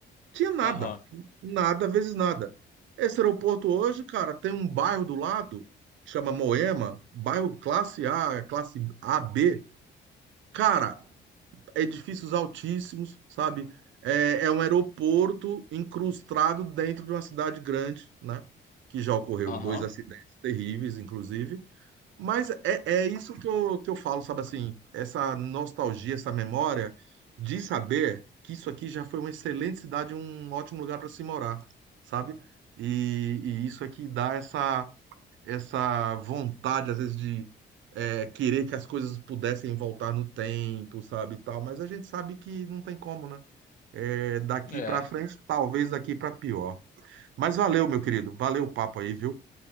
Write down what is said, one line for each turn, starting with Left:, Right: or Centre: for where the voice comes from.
Right: Tinha nada.
Left: Aham,
Right: Nada, vezes nada. Esse aeroporto hoje, cara, tem um bairro do lado, chama Moema, bairro classe A, classe A B Cara, edifícios altíssimos, sabe? É, é um aeroporto incrustado dentro de uma cidade grande, né? Que já ocorreu
Left: aham,
Right: dois acidentes terríveis, inclusive. Mas é, é isso que eu, que eu falo, sabe assim, essa nostalgia, essa memória de saber que isso aqui já foi uma excelente cidade, um ótimo lugar para se morar, sabe? E, e isso aqui dá essa, essa vontade, às vezes, de é, querer que as coisas pudessem voltar no tempo, sabe, e tal, mas a gente sabe que não tem como, né? É, daqui
Left: é,
Right: para frente, talvez daqui para pior. Mas valeu, meu querido, valeu o papo aí, viu?